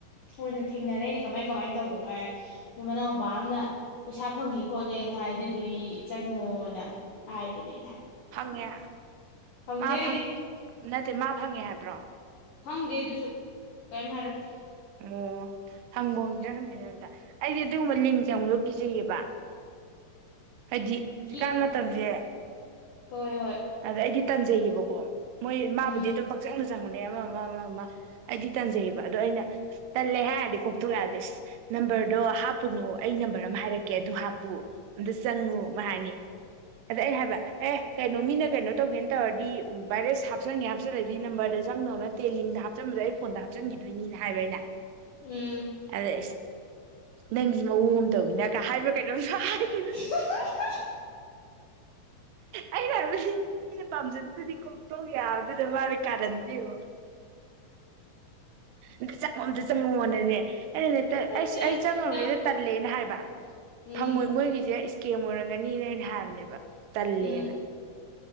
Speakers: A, on the left; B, on the right.
A: ꯑꯣꯏꯅ ꯊꯦꯡꯅꯔ ꯑꯩꯅ ꯀꯃꯥꯏ ꯀꯃꯥꯏꯅ ꯇꯧꯒꯦ ꯑꯗꯨꯥꯏ ꯃ ꯃꯅꯥꯎꯄꯥ ꯑꯃꯅ ꯄꯩꯁꯥ ꯐꯪꯉꯦ ꯈꯣꯠꯂꯦꯅ ꯍꯥꯏꯗꯨꯗꯨ ꯆꯪꯉꯣꯅ ꯍꯥꯏꯕꯅꯦ
B: ꯐꯪꯉꯦ
A: ꯐꯪꯗꯦ
B: ꯃꯥ
A: ꯑꯩꯗꯤ
B: ꯅꯠꯇꯦ ꯃꯥ ꯐꯪꯉꯦ ꯍꯥꯏꯕ꯭ꯔꯣ
A: ꯈꯪꯗꯦ ꯑꯗꯨꯁꯨ ꯀꯔꯤꯝ ꯍꯥꯏꯔꯛꯇꯀꯦ
B: ꯑꯣ ꯍꯪꯕ ꯍꯪꯖ꯭ꯔꯅꯤꯅ ꯑꯇ ꯑꯩꯗꯤ ꯑꯗꯨꯒꯨꯝꯕ ꯂꯤꯡꯁꯦ ꯑꯃꯨꯛ ꯂꯧ ꯄꯤꯖꯩꯌꯦꯕ ꯍꯥꯏꯗꯤ ꯍꯧꯖꯤꯛꯀꯥꯟ
A: ꯀꯤ
B: ꯃꯇꯝꯁꯦ
A: ꯍꯣꯏ ꯍꯣꯏ
B: ꯑꯗ ꯑꯩꯗꯤ ꯇꯟꯖꯩꯕꯀꯣ ꯃꯣꯏ ꯃꯥꯕꯨꯗꯤ
A: ꯎꯝ
B: ꯑꯗꯨꯝ ꯄꯥꯛꯆꯪ ꯆꯪꯕꯅꯤ ꯑꯃ ꯑꯃ ꯑꯃ ꯑꯃ ꯑꯩꯗꯤ ꯇꯟꯖꯩꯌꯦꯕ ꯑꯗꯣ ꯑꯩꯅ ꯇꯜꯂꯦ ꯍꯥꯏꯔꯗꯤ ꯀꯣꯛꯇꯣꯛ ꯌꯥꯔꯗꯤ ꯅꯝꯕꯔꯗꯣ ꯍꯥꯞꯄꯨꯅꯨ ꯑꯩ ꯅꯝꯕꯔ ꯑꯃ ꯍꯥꯏꯔꯛꯀꯦ ꯑꯗꯨ ꯍꯥꯞꯄꯨ ꯑꯝꯇ ꯆꯪꯉꯨ ꯍꯥꯏꯅꯤ ꯑꯗ ꯑꯩ ꯍꯥꯏꯕ ꯑꯦ ꯀꯩꯅꯣ ꯃꯤꯅ ꯀꯩꯅꯣ ꯇꯧꯒꯦꯅ ꯇꯧꯔꯗꯤ ꯚꯥꯏꯔꯦꯁ ꯍꯥꯞꯆꯟꯒꯦ ꯍꯥꯞꯆꯜꯂꯗꯤ ꯅꯝꯕꯔꯗ ꯆꯪꯗꯧ ꯅꯠꯇꯦ ꯂꯤꯡꯗ ꯍꯥꯞꯆꯤꯟꯕꯗꯣ ꯑꯩ ꯐꯣꯟꯗ ꯍꯥꯞꯆꯤꯟꯈꯤꯗꯣꯏꯅꯤꯅ ꯍꯥꯏꯕ ꯑꯩꯅ
A: ꯎꯝ
B: ꯑꯗꯦ ꯅꯪꯒꯤ ꯃꯑꯣꯡ ꯑꯃ ꯇꯧꯤꯅ ꯀ ꯍꯥꯏꯕ꯭ꯔ ꯀꯩꯅꯣꯝꯁꯨ ꯍꯥꯏꯈꯤꯕꯅꯦ
A: <unintelligible>
B: ꯑꯅꯅꯤ ꯃꯤꯅ ꯄꯥꯝꯖꯗꯗꯗꯤ ꯀꯣꯛꯇꯧ ꯌꯥꯗꯅ ꯃꯥꯅ ꯀꯥꯔꯟꯗ꯭ꯔꯤꯔꯤꯕ ꯑꯗ ꯆꯪꯉꯣ ꯑꯝꯗ ꯆꯪꯉꯣꯑꯣꯅꯦ ꯑ ꯑꯩꯅꯅꯦ
A: ꯅꯠꯇꯦ
B: ꯑꯩꯁ ꯑꯩ ꯆꯪꯉꯔꯨꯒꯦ
A: ꯅꯪ
B: ꯇꯜꯂꯦꯅ ꯍꯥꯏꯕ ꯇ
A: ꯎꯝ
B: ꯐꯪꯉꯣꯏ ꯃꯣꯏꯒꯤꯁꯦ ꯀꯦꯝ ꯑꯣꯏꯔꯝꯒꯅꯤꯅ ꯑꯩꯅ ꯍꯥꯏꯞ ꯟꯕ ꯇꯂꯦꯅ
A: ꯎꯝ